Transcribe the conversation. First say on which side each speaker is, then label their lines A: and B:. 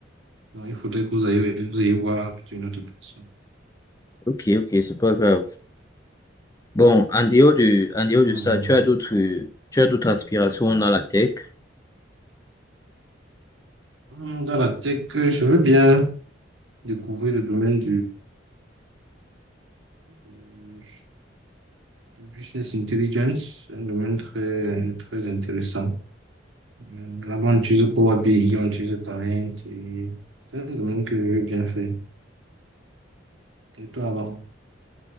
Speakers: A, on the right; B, on the left.
A: Non, il faudrait que vous ayez, vous ayez voir une autre personne.
B: Ok, ok, c'est pas grave. Bon, en dehors de, en dehors de
A: Hmm.
B: ça, tu as d'autres, tu as d'autres aspirations dans la tech?
A: Hmm, Dans la tech, je veux bien découvrir le domaine du, Business Intelligence, c'est un domaine très, très intéressant. Hum, Là-bas, on utilise Power BI, on utilise Talent et c'est un domaine que je bien fait. Et toi, avant?